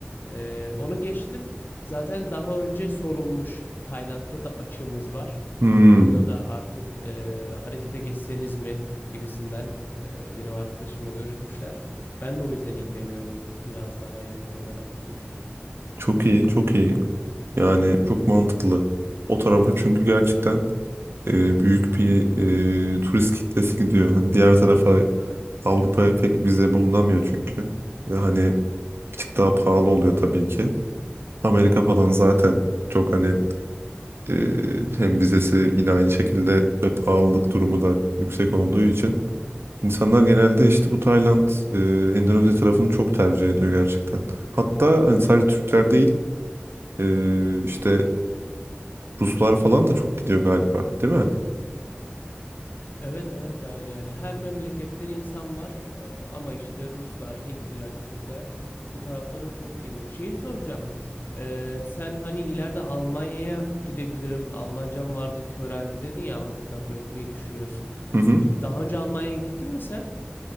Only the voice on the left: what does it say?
E, onu geçtim. Zaten daha önce sorulmuş. Tayland'da da açığımız var.
Orada da artık e, harekete geçseniz mi gibisinden e, benim arkadaşımla görüşmüşler. Ben de o yüzden ilgileniyorum biraz daha yakın olarak bu işle.
Evet evet yani, yani her memleketten insan var Ee, ama işte Ruslar, Hintliler, Türkler bu taraflara çok geliyor. Şeyi soracağım. Ee, sen hani ileride Almanya'ya gidebilirim. Almancam vardı, köreldi dedin ya Avrupa tarafına gitmeyi düşünüyorsun.
İşte Daha önce Almanya'ya gittin mi sen?